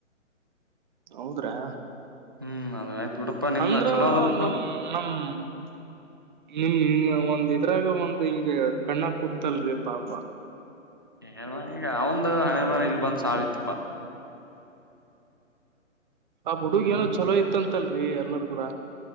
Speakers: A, on the right; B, on the right.
A: ಹೌದ್ರಾ.
B: ಹ್ಮ್ ಅದ ಆಯ್ತು ಬಿಡಪ್ಪಾ ನಿಮ್ದ
A: ಅಂದ್ರ
B: ನಾ ಚಲೋದಲ್ಪ್ಪಾ.
A: ನಮ್ ನಮ್. <inaudible> ಒಂದ್ ಇದ್ರಾಗ ಒಂದ್ ಹಿಂಗ ಕಣ್ಣ ಕೂತಲ್ರಿ ಪಾಪ.
B: ಏನು ಈಗ ಅವಂದ ಹಣೆ ಬಾರ ಇಲ್ ಬಂದ್ ಸಾವಿತ್ತಪ್ಪಾ.
A: ಆ ಹುಡುಗ ಏನೋ
B: ಹ್ಮ್
A: ಚೊಲೋ ಇತ್ತಂತಲ್ರಿ ಎಲ್ಲರ ಗೂಡ.